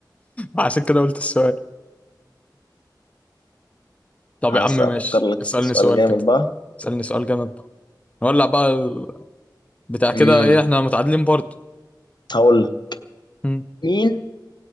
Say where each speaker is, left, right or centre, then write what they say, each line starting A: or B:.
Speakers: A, on the left (about 15°); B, on the left (about 75°).
A: عشان كده قلت السؤال طب
B: هس-
A: يا عم ماشي
B: افكر لك
A: اسألني
B: سؤال
A: سؤال
B: جامد
A: كده
B: بقى
A: اسألني سؤال جامد بقى نولع بقى ال- بتاع كده
B: امم
A: ايه احنا متعادلين برضه
B: هقول لك
A: مم.
B: مين